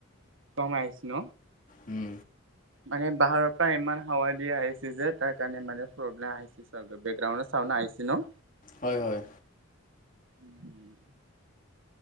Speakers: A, on the right; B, on the left.
A: সোমাই আহিছ ন
B: উম
A: মানে পাহাৰৰ পৰা ইমান হাৱা দিয়া আহিছে যে তাৰ কাৰণে মানে প্ৰব্লেম আহিছে বেকগ্ৰাউণ্ডৰ ছাউণ্ড নাই। আহিছে ন।
B: হয় হয়।
A: উম।